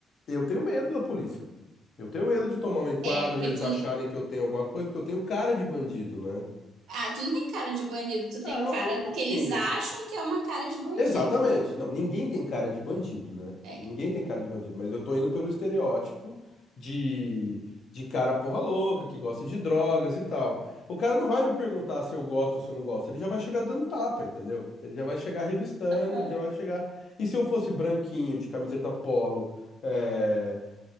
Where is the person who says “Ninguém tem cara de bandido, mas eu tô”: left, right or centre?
Left